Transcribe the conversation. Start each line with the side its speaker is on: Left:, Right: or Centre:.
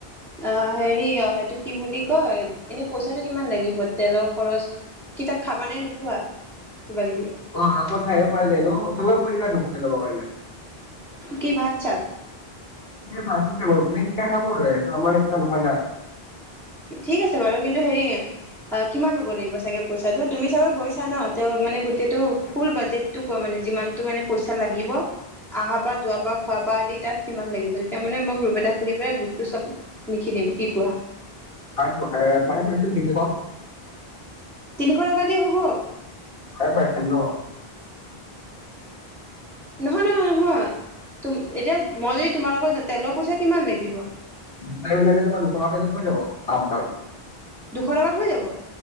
Centre: অ হেৰি অ সেইটো কি বুলি কয় এনে পইচাটো কিমান লাগিব, তেলৰ খৰচ কি তাত খাবা নে নোখোৱা? কিবা কিবি
Left: অ আকত খাইও পাৰিলে ন চবে কৰিা ত <unintelligible> ল'ব লাগিব <unintelligible>
Centre: কি ভাত চাত,
Left: পচ মই কোনে শিকাই খাব ৰ এইটো আমাৰ একটা নহয় না <unintelligible>
Centre: ঠিক আছে বাৰু। কিন্তু হেৰি কিমান লব লাগিব চাগে পইচাটো তুমি চাগে গৈছা ন, ত ইমান গোটেটো ফুল বাজেটটো কোৱা মানে যিমানটো মানে প‌ইচা লাগিব। আহা পৰা, যোৱা পৰা, খোৱা পৰা আদি তাত কিমান লাগিব? তেতিয়া মানে মই গ্ৰুপ এটা খুলি পেলাই গ্ৰুপটোত চব লিখি দিম কি কোৱা।
Left: ভ আহ পাৰ পছিল তিনি ক <unintelligible>
Centre: তিনিশ টকা দিওঁ হ'ব?
Left: তাই পাইছ ন <unintelligible>
Centre: নহয় নহয় নহয়। ত এতিয়া মই যদি, তোমাৰ লগত যে তেলৰ পইচা কিমান লাগিব?
Left: দুটাই মিলালে যে দুশ টকা হৈ যাব আপ ডাউন।
Centre: দুখ টকাত হৈ যাব?